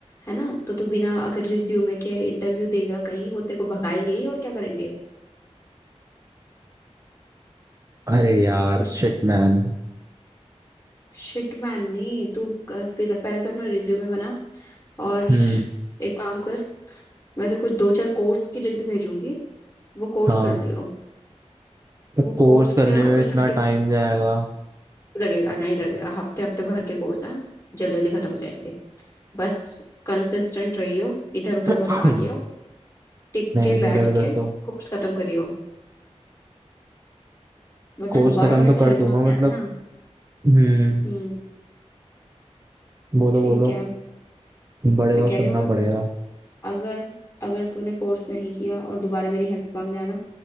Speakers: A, on the left; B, on the right.
A: है ना तो तू बिना अगर रिज्यूमे के इंटरव्यू देगा कहीं वो तेरे को भगाएंगे ही और क्या करेंगे
B: अरे यार
A: बिल
B: शिट मैन
A: शिट मैन नहीं तू कर पहले पहले तो अपना रिज्यूमे बना और
B: हम्म
A: एक काम कर मैं तेरे को दो चार कोर्स की लिंक भेजूंगी वो कोर्स
B: हाँ
A: कर लियो
B: तो
A: वो
B: कोर्स
A: कोर्स
B: करने
A: के
B: में
A: अगर
B: इतना
A: सर्टिफिकेट
B: टाइम जाएगा
A: लगेगा नहीं लगेगा हफ्ते हफ्ते भर के कोर्स है जल्दी जल्दी खत्म हो जाएंगे बस कंसिस्टेंट रहियो इधर उधर
B: <coughs>
A: मत भागियो
B: <clears throat>
A: टिक
B: नहीं
A: के बैठ
B: इधर उधर
A: के
B: तो
A: कोर्स खत्म करियो वरना
B: कोर्स
A: दोबारा
B: खत्म
A: मेरे
B: तो
A: से
B: कर
A: हेल्प
B: दूंगा
A: मांगने
B: मतलब
A: आया ना
B: हम्म
A: हम्म
B: बोलो
A: ठीक
B: बोलो
A: है
B: बड़े
A: मैं
B: हो
A: कह
B: सुनना
A: रही हूँ अगर
B: पड़ेगा
A: अगर अगर तूने कोर्स नहीं किया और दोबारा मेरी हेल्प मांगने आना